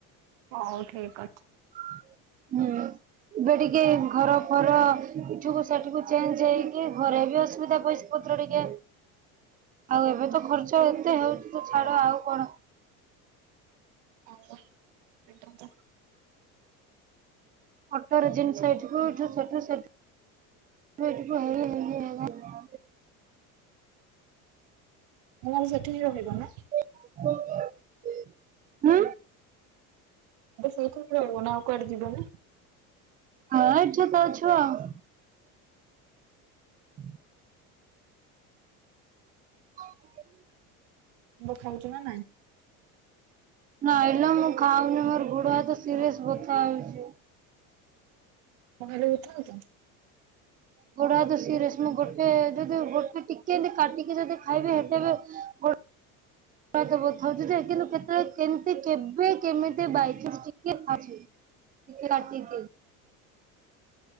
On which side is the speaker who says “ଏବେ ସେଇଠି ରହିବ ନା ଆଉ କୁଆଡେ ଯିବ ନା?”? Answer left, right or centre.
Right